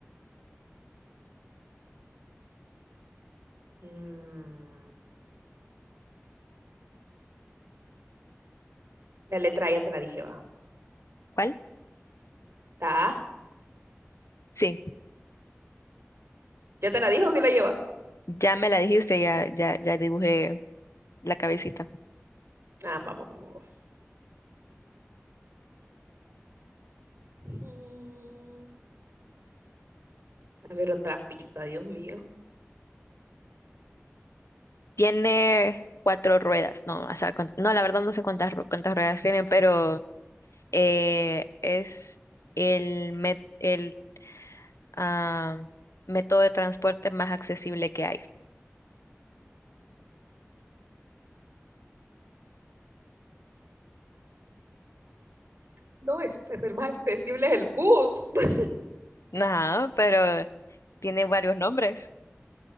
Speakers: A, on the right; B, on the left.
A: Mm. La letra I ya te la dije, va.
B: ¿Cuál?
A: La A.
B: Sí,
A: ¿Ya te la dije o sí la lleva?
B: ya me la dijiste, ya, ya, ya dibujé la cabecita.
A: Ah, vamos, vamos, vamos. Mm, A ver, otra pista, Dios mío.
B: Tiene cuatro ruedas. No, o sea, con- no, la verdad no sé cuántas, ru- cuántas ruedas tienen, pero eh, es el, met- el ah, método de transporte más accesible que hay.
A: No, este es el más accesible, es el bus. <laughs>
B: Ajá, pero tiene varios nombres.